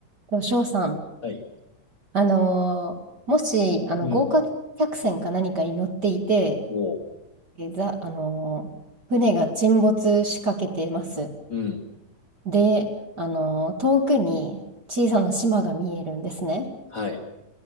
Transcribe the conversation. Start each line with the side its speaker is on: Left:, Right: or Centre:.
Right: と、翔さん、
Left: はい。
Right: あのーもし、あの、
Left: うん。
Right: 豪華客船か何かに乗っていて、
Left: も
Right: え、ざ、あのー船が沈没しかけてます。
Left: う、うん。
Right: で、あのー遠くに小さな島が見えるんですね。
Left: はい。